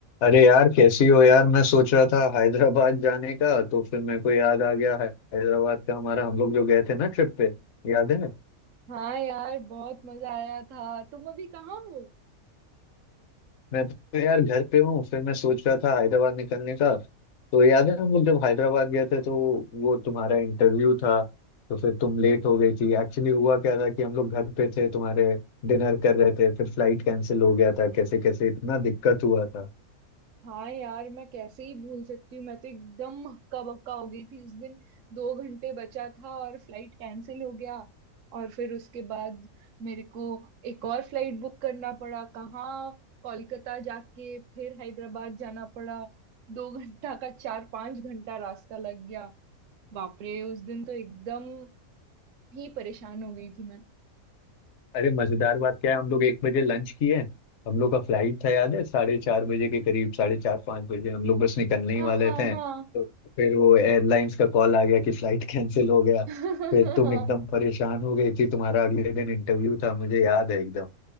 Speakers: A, on the left; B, on the right.
A: अरे यार कैसी हो यार मैं सोच रहा था हैदराबाद जाने का तो फिर मेरे को याद आ गया है- हैदराबाद का हमारा हम लोग जो गए थे ना ट्रिप पे याद है
B: हाँ यार बहुत मजा आया था तुम अभी कहाँ हो
A: मैं तो यार घर पे हूँ फिर मैं सोच रहा था हैदराबाद निकलने का तो याद है हम लोग जब हैदराबाद गए थे तो वो तुम्हारा इंटरव्यू था तो फिर तुम लेट हो गई थी एक्चुअली हुआ क्या था कि हम लोग घर पे थे तुम्हारे डिनर कर रहे थे फिर फ्लाइट कैंसिल हो गया था कैसे कैसे इतना दिक्कत हुआ था
B: हाँ यार मैं कैसे ही भूल सकती हूँ मैं तो एकदम हक्का बक्का हो गई थी उस दिन दो घंटे बचा था और फ्लाइट कैंसिल हो गया और फिर उसके बाद मेरे को एक और फ्लाइट बुक करना पड़ा कहाँ कोलकाता जाके फिर हैदराबाद जाना पड़ा दो घंटा का चार पांच घंटा रास्ता लग गया बाप रे उस दिन तो एकदम ही परेशान हो गई थी मैं
A: अरे मजेदार बात क्या है हम लोग एक बजे लंच किए हम लोग का फ्लाइट था याद है साढ़े चार बजे के करीब साढ़े चार पाँच बजे हम लोग बस निकलने ही
B: हाँ
A: वाले
B: हाँ
A: थे तो फिर वो एयरलाइंस का कॉल आ गया कि फ्लाइट कैंसिल हो गया
B: हाँ
A: फिर तुम एकदम
B: <laughs>
A: परेशान हो गई थी तुम्हारा अगले दिन इंटरव्यू था मुझे याद है एकदम